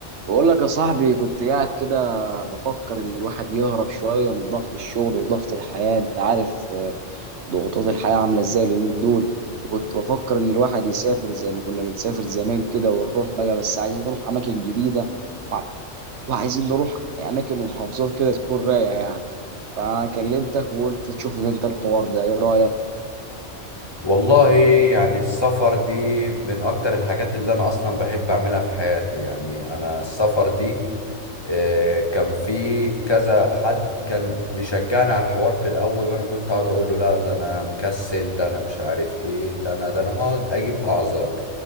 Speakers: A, on the right; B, on the left.
A: بقول لك يا صاحبي كنت قاعد كده بفكر ان الواحد يهرب شويه من ضغط الشغل وضغط الحياه انت عارف آه، ضغوطات الحياه عامله ازاي اليومين دول وكنت بفكر ان الواحد يسافر زي ما كنا بنسافر زمان كده ونروح بقى بس عايزين نروح اماكن جديده وع- وعايزين نروح اماكن ومحافظات كده تكون رايقه يعني فكلمتك وقلت تشوف انت الحوار ده ايه رايك
B: والله يعني السفر دي من اكتر الحاجات اللي انا اصلا بحب اعملها في حياتي يعني انا السفر دي آه، كان في كذا حد كان بيشجعني على الحوار في الاول وانا كنت اقعد اقول له لا ده انا مكسل ده انا مش عارف ايه ده انا ده انا هقعد اجيب اعذار